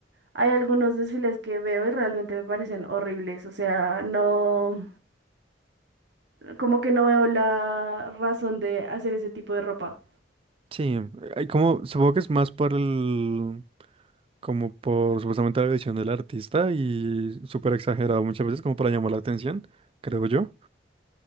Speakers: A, on the right; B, on the right.
A: hay algunos desfiles que veo y realmente me parecen horribles. O sea, no, como que no veo la razón de hacer ese tipo de ropa.
B: Sí, hay como, supongo que es más por el, como por supuestamente la visión del artista y súper exagerado muchas veces como para llamar la atención, creo yo,